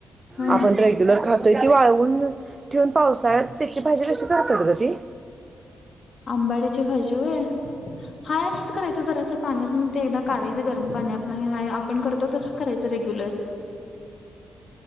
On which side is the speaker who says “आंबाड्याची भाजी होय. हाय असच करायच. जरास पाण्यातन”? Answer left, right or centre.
Left